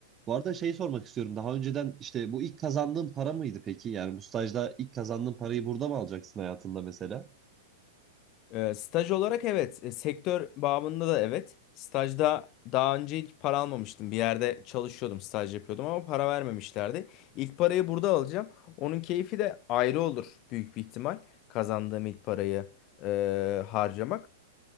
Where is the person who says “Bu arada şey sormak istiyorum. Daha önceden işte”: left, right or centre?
Right